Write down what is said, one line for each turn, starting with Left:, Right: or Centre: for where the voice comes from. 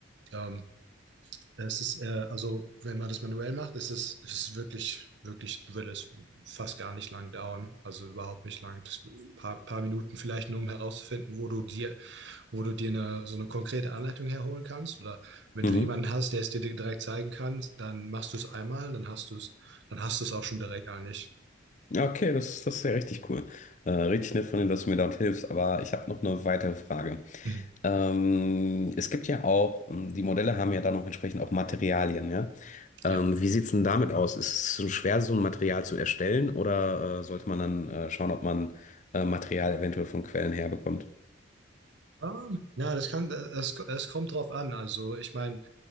Right: Ähm, es ist, äh, also, wenn man das manuell macht, ist es, es ist wirklich, wirklich, würde es fast gar nicht lang dauern. Also überhaupt nicht lang. Das paar, paar Minuten vielleicht nur, um herauszufinden, wo du dir, wo du dir eine, so eine konkrete Anleitung herholen kannst. Oder wenn
Left: Mhm.
Right: du jemanden hast, der es dir direkt zeigen kann, dann machst du es einmal, dann hast du es, dann hast du es auch schon direkt eigentlich.
Left: Ja, okay, das, das ist ja richtig cool. Äh, richtig nett von dir, dass du mir dort hilfst, aber ich habe noch eine weitere Frage.
Right: Mhm.
Left: Ähm, es gibt ja auch, ähm, die Modelle haben ja dann auch entsprechend auch Materialien, ja. Ähm,
Right: Ja.
Left: wie sieht's denn damit aus? Ist es so schwer, so ein Material zu erstellen oder äh, sollte man dann äh, schauen, ob man äh, Material eventuell von Quellen herbekommt?
Right: Ähm, Ja, das kann, es, es kommt drauf an. Also, ich meine,